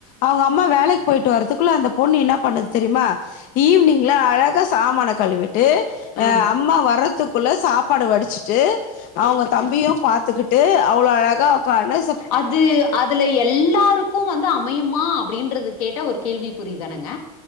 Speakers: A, on the left; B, on the left.
A: அவுங்க அம்மா வேலைக்கு போயிட்டு வர்றதுக்குள்ள அந்த பொண்ணு என்ன பண்ணுது தெரியுமா ஈவினிங்ல அழகா சாமான கழுவிட்டு
B: வந்து
A: ஆ அம்மா வர்றதுக் குள்ள சாப்பாடு வடிச்சிட்டு அவுங்க தம்பியு பாத்துக்கிட்டு அவ்ளோ அழகாக ஒக்காந்து
B: அது அதுல எல் எல்லாருக்கு வந்து அமையுமா அப்டின்றது கேட்டா ஒரு கேள்விக்குறிதானுங்க